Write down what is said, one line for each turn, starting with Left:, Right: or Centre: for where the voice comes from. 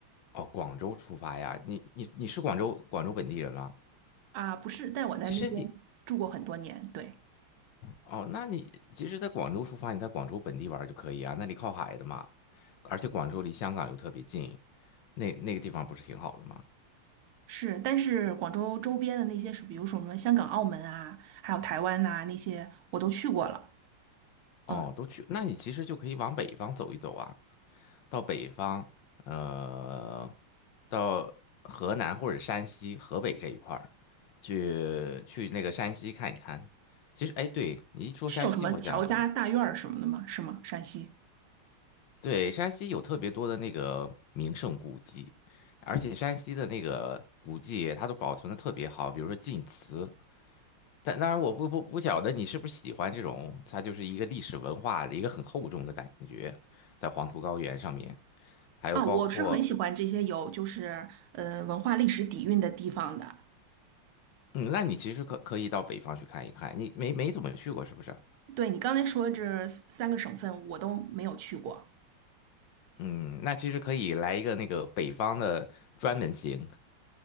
Left: 哦，广州出发呀？你你你是广州广州本地人吗？
Right: 啊，不是，但我在那边住过很多年，
Left: 其实你
Right: 对。
Left: 哦，那你其实，在广州出发，你在广州本地玩儿就可以啊，那里靠海的嘛，而且广州离香港又特别近，那那个地方不是挺好的吗？
Right: 是，但是广州周边的那些是，比如说什么香港、澳门啊，还有台湾呐、那些我都去过了。
Left: 哦，
Right: 嗯，
Left: 都去，那你其实就可以往北方走一走啊，到北方，呃，到河南或者山西、河北这一块儿，去去那个山西看一看。其实，哎，对，你一说山西，
Right: 是有什么乔家大院儿什么的吗？
Left: 我想起来，
Right: 是吗？山西
Left: 对，山西有特别多的那个名胜古迹，而且山西的那个古迹它都保存的特别好，比如说晋祠。但当然，我不不不晓得你是不是喜欢这种，它就是一个历史文化的一个很厚重的感觉，在黄土高原上面。还有包括，
Right: 啊，我是很喜欢这些有就是呃文化历史底蕴的地方的。
Left: 嗯，那你其实可可以到北方去看一看，你没没怎么去过是不是？
Right: 对你刚才说这三个省份，我都没有去过。
Left: 嗯，那其实可以来一个那个北方的专门行，